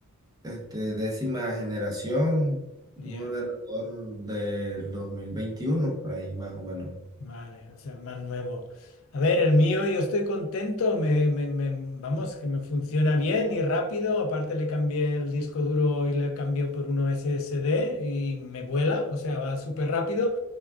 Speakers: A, on the right (about 15°); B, on the left (about 65°).
A: este, décima generación,
B: ya.
A: un ordenador del 2021, por ahí más o menos.
B: Vale, o sea, más nuevo. A ver, el mío, yo estoy contento, me, me- me- vamos, que me funciona bien y rápido. Aparte le cambié el disco duro y le cambié por uno SSD y me vuela, o sea, va súper rápido,